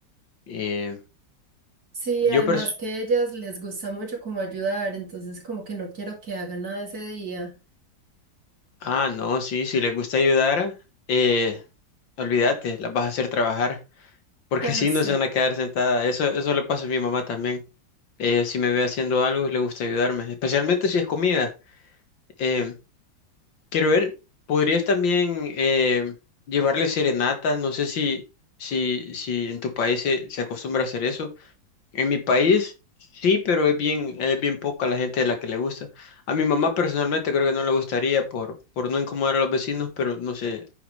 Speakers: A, on the left (about 80°); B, on the right (about 50°).
A: Eh,
B: Sí,
A: yo
B: además
A: pers-
B: que a ellas les gusta mucho como ayudar, entonces como que no quiero que hagan nada ese día.
A: Ah, no, sí, si les gusta ayudar, eh, olvídate, las vas a hacer trabajar, <laughs> porque
B: <laughs>
A: si
B: Sí.
A: no se van a quedar sentadas. Eso, eso le pasa a mi mamá también. Eh, si me ve haciendo algo, le gusta ayudarme, especialmente si es comida. Em, Quiero ver, podrías también eh, llevarle serenatas, no sé si, si, si en tu país se, se acostumbra a hacer eso. En mi país sí, pero es bien, es bien poca la gente de la que le gusta. A mi mamá personalmente creo que no le gustaría por, por no incomodar a los vecinos, pero no sé,